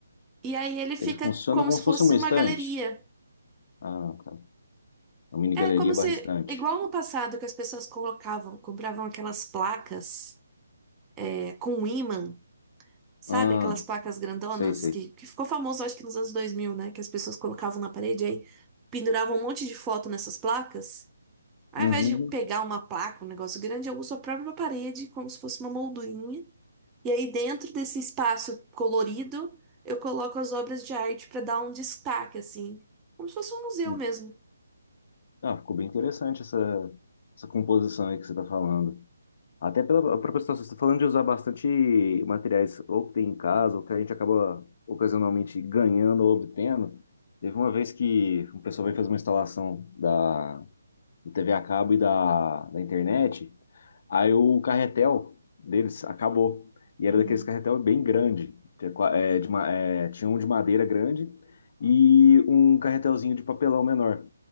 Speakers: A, on the right; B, on the left.
A: E aí ele fica
B: Ele funciona
A: como
B: como
A: se
B: se
A: fosse
B: fosse uma
A: uma
B: estante.
A: galeria.
B: Ah, tá. Uma mini
A: É
B: galeria
A: como
B: barra
A: se,
B: estante.
A: igual no passado que as pessoas colocavam, compravam aquelas placas é, com um ímã, sabe?
B: Ah,
A: Aquelas placas grandonas
B: sei, sei.
A: que, que ficou famoso, acho que nos anos 2000, né? Que as pessoas colocavam na parede e aí, penduravam um monte de foto nessas placas. Ao
B: Uhum.
A: invés de pegar uma placa, um negócio grande, eu uso a própria parede como se fosse uma moldurinha. E aí dentro desse espaço colorido, eu coloco as obras de arte para dar um destaque, assim. Como se fosse um museu
B: uhum.
A: mesmo.
B: Ah, ficou bem interessante essa, essa composição aí que você está falando. Até pela própria situação, você está falando de usar bastante materiais ou que tem em casa, ou que a gente acaba ocasionalmente ganhando ou obtendo. Teve uma vez que um pessoal veio fazer uma instalação da, do TV a cabo e da, da internet, Aí o carretel deles acabou. E era
A: Uhum.
B: daqueles carretel bem grande. que é qua- é, de ma- é, tinha um de madeira grande e um carretelzinho de papelão menor.